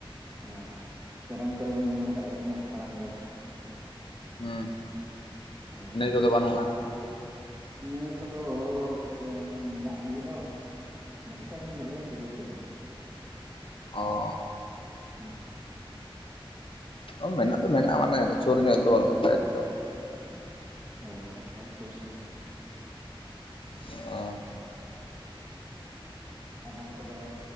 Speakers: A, on the right (about 25°); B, on the left (about 65°).
A: ᱚ ᱦᱚᱸ ᱥᱮᱨᱮᱧ ᱠᱚ ᱨᱮ ᱵᱤᱱ ᱟᱸᱡᱚᱢ ᱟᱠᱟᱫ ᱜᱮᱭᱟ <unintelligible> ᱠᱷᱟᱲᱟᱝ ᱜᱟᱰᱟᱼᱼ
B: ᱦᱩᱸ
A: ᱦᱳᱭ
B: ᱱᱟᱹᱭ ᱠᱚ ᱫᱚ ᱵᱟᱹᱱᱩᱜ-ᱟ
A: ᱱᱟᱹᱭ ᱠᱚ ᱫᱚ ᱚᱻ ᱤᱭᱟᱹ ᱢᱮᱱᱟᱜ ᱜᱮᱫᱚ ᱱᱟᱥᱮ ᱥᱟᱺᱜᱤᱧ ᱧᱚᱜ ᱜᱮᱭᱟ ᱥᱩᱨ ᱨᱮ ᱫᱚ ᱵᱟᱹᱱᱩᱜ ᱟᱹᱱᱤᱡ
B: ᱚᱻ
A: <unintelligible>
B: ᱚ ᱢᱮᱱᱟᱜ ᱫᱚ ᱢᱮᱱᱟᱜ-ᱟ ᱢᱟᱱᱮ ᱥᱩᱨ ᱧᱚᱜ ᱨᱮ ᱫᱚ ᱵᱟᱹᱱᱩᱜ-ᱟ ᱛᱟᱭᱛᱚ
A: ᱦᱳᱭ ᱚᱱᱠᱟ ᱜᱮ ᱥᱩᱨ ᱥᱟᱺᱜᱤᱧᱼᱼ
B: ᱦᱮᱸ
A: ᱟᱫᱷᱟᱱ ᱠᱚ ᱫᱚ